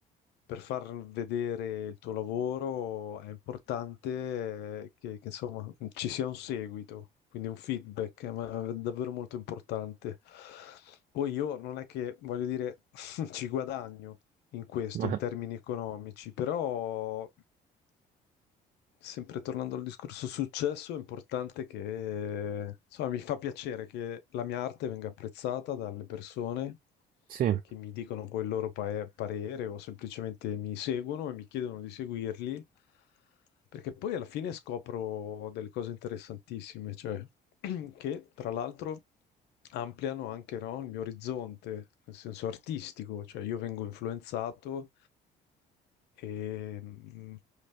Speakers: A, on the left (about 85°); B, on the right (about 55°).
A: per far vedere il tuo lavoro è importante eh, che, che, insomma mm, ci sia un seguito, quindi un feedback, eh, ma è davvero molto importante. Poi io non è che voglio dire <laughs> ci guadagno, in questo,
B: <laughs>
A: in termini
B: Eh,
A: economici, però sempre tornando al discorso successo, è importante che, insomma, mi fa piacere che la mia arte venga apprezzata dalle persone
B: sì,
A: che mi dicono poi il loro pa- parere o semplicemente mi seguono e mi chiedono di seguirli, perché poi alla fine scopro delle cose interessantissime, cioè. <clears throat> che tra l'altro ampliano anche, no, il mio orizzonte, nel senso artistico, cioè io vengo influenzato e mh,